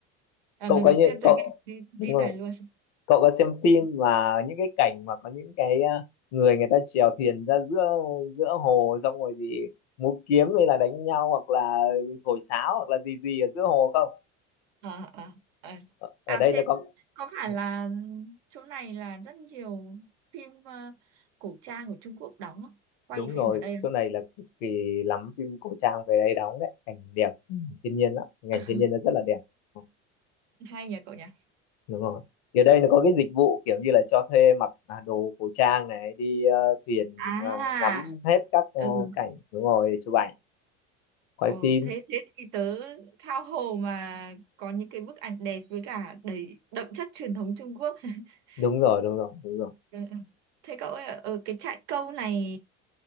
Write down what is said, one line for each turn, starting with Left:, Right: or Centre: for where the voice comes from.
Right: à,
Left: cậu
Right: lần
Left: có
Right: đầu
Left: những
Right: tiên tôi
Left: cậu
Right: nghe cái
Left: đúng
Right: tin
Left: rồi
Right: này luôn.
Left: cậu có xem
Right: Ừ.
Left: phim mà những cái cảnh mà có những cái à, người người ta chèo thuyền ra giữa giữa hồ xong rồi thì múa kiếm hay là đánh nhau hoặc là thổi sáo hoặc là gì gì ở giữa hồ không
Right: ờ ờ ờ.
Left: ở, ở
Right: à
Left: đây
Right: thế
Left: nó có
Right: có phải
Left: ừ,
Right: là chỗ này là rất nhiều phim ờ, cổ trang của Trung Quốc đóng không? quay
Left: đúng
Right: phim
Left: rồi
Right: ở đây không?
Left: chỗ này là cực kỳ lắm phim cổ trang về đây đóng đấy cảnh đẹp ừ, thiên nhiên lắm cảnh
Right: <laughs>
Left: thiên nhiên nó rất là đẹp Ừ,
Right: hay nhỉ cậu nhỉ
Left: đúng rồi thì ở đây nó có cái dịch vụ kiểu như là cho thuê mặc à, đồ cổ trang này đi ờ, thuyền
Right: à
Left: ờ, ngắm hết các ờ,
Right: ừ
Left: cảnh đúng rồi chụp ảnh quay
Right: ờ,
Left: phim
Right: thế thế thì tớ tha hồ mà có những cái bức ảnh đẹp với cả đầy đậm chất truyền thống Trung Quốc <laughs>
Left: đúng rồi đúng rồi đúng rồi
Right: Ừ, ừ. thế cậu ơi ở cái trại câu này